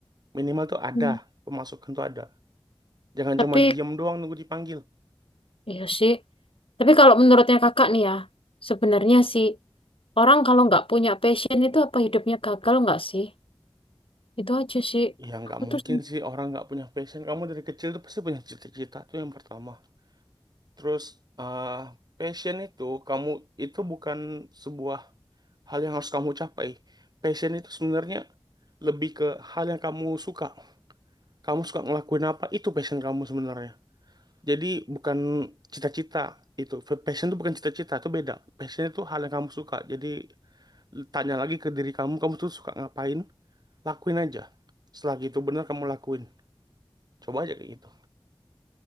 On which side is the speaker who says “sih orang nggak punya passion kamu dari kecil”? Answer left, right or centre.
Right